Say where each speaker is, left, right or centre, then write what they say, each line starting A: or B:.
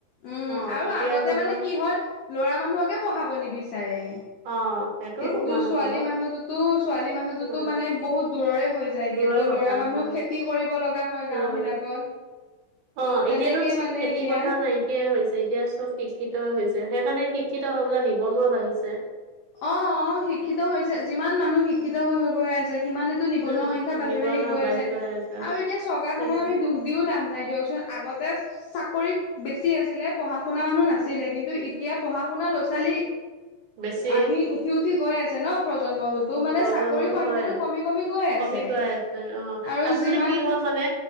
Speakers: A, on the left (about 80°); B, on the right (about 75°).
A: উম
B: অ
A: আৰু
B: এতিয়া
A: আগতে
B: ধৰি
A: মানে
B: লও
A: কি হ'ল ল'ৰা মানুহকে পঢ়াব নিবিচাৰ চাৰে
B: অ সেইটো
A: এইটো
B: নোহোৱা নহয়
A: ছোৱালী
B: বাৰু
A: মানুহতোতো ছোৱালী মানুহতোতো
B: উম
A: মানে বহুত দূৰৰে হৈ যায়গে
B: দূৰৰে
A: ত'
B: কথা
A: ল'ৰা মানুহ
B: হয়
A: খেতি কৰিব লগা হয়
B: উম
A: গাঁও বিলাকত ত'
B: অ'
A: তেনেকেই
B: এতিয়াতো
A: মানে
B: খেতি
A: এতিয়া
B: পথাৰ নাইকিয়াই হৈছে। যেতিয়া চব শিক্ষিত হৈছে সেইকাৰণে শিক্ষিত হৈ বলৈ নিবনুৱা বাঢ়িছে।
A: অ', অ' শিক্ষিত হৈছে যিমান মানুহ শিক্ষিত হৈ হৈ গৈ আছে সিমানেতো নিবনুৱা
B: উম
A: সংখ্যা বাঢ়ি
B: নিবনুৱা
A: বাঢ়ি গৈ আছে।
B: আছে
A: আৰু এতিয়া চৰকাৰখনক
B: সেইটোৱে
A: আমি দুখ দিও লাভ নাই দিয়কচোন আগতে চাকৰি বেছি আছিলে পঢ়া শুনা মানুহ নাছিল ছিলে কিন্তু এতিয়া পঢ়া শুনা ল'ৰা ছোৱালী
B: বেছি অ'
A: আহি উঠি উঠি গৈ আছে ন প্ৰজন্মবোৰতো মানে
B: প্ৰজন্ম
A: চাকৰিৰ সংখ্যাটো
B: হয়
A: কমি কমি গৈ আছে
B: কমি গৈ আছে। অ'
A: আৰু
B: আচলতে
A: যিমান
B: কি হয় মানে